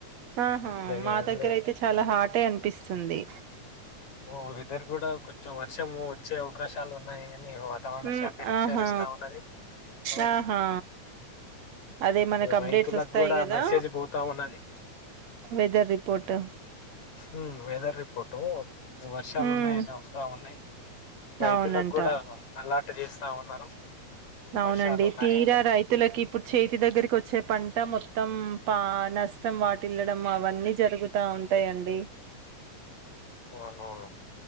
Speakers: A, on the right; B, on the left.
A: ఆహా
B: పెద్దగా
A: మా
B: ఏం
A: దగ్గర అయితే చాలా హాటే అనిపిస్తుంది
B: ఓ వెదర్ కూడా కొంచెం వర్షము వచ్చే అవకాశాలు ఉన్నాయి న వాతావరణ
A: మ్మ్
B: శాఖ హెచ్చరిస్తా
A: ఆహా
B: ఉన్నది అవును
A: ఆహా అదే మనకు అప్డేట్స్
B: రైతులకు
A: వస్తాయి
B: కూడా
A: కదా
B: మెసేజ్ పోతా ఉన్నది
A: వెదర్ రిపోర్ట్
B: ఉ వెదర్ రిపోట వర్షాలు
A: మ్మ్
B: ఉన్నాయని వస్తా ఉన్నాయి రైతులకు
A: అవునంట
B: కూడా అలాంటి పంట చేస్తా ఉన్నారు
A: అవునండి
B: వర్షాలు ఉన్నాయని
A: తీరా రైతులకి ఇప్పుడు చేతి దగ్గరికి వచ్చే పంట మొత్ త్తం పా నష్టం వాటిల్లడం అవన్నీ జరుగుతా ఉంటాయిండి
B: అవునవును